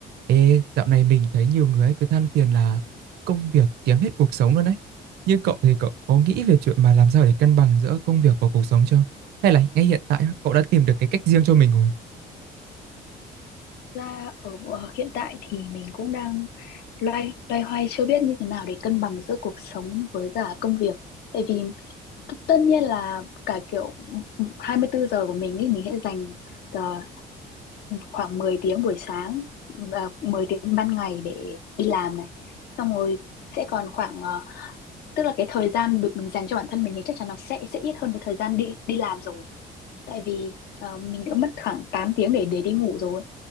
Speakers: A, on the right; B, on the left.
A: Ê, dạo này mình thấy nhiều người ấy cứ than phiền là công việc chiếm hết cuộc sống luôn đấy. Như cậu thì cậu có nghĩ về chuyện mà làm sao để cân bằng giữa công việc và cuộc sống chưa? Hay là ngay hiện tại á, cậu đã tìm được cái cách riêng cho mình rồi?
B: ra ở ở hiện tại thì mình cũng đang loay loay hoay chưa biết như thế nào để cân bằng giữa cuộc sống với cả công việc. Tại vì t- tất nhiên là cả kiểu 24 giờ của mình thì mình sẽ dành ờ, khoảng 10 tiếng buổi sáng và 10 tiếng ban ngày để đi làm này. Xong rồi sẽ còn khoảng ờ, tức là cái thời gian được mình dành cho bản thân mình thì chắc chắn nó sẽ sẽ ít hơn cái thời gian đi đi làm rồi tại vì ờ, mình đã mất khoảng 8 tiếng để để đi ngủ rồi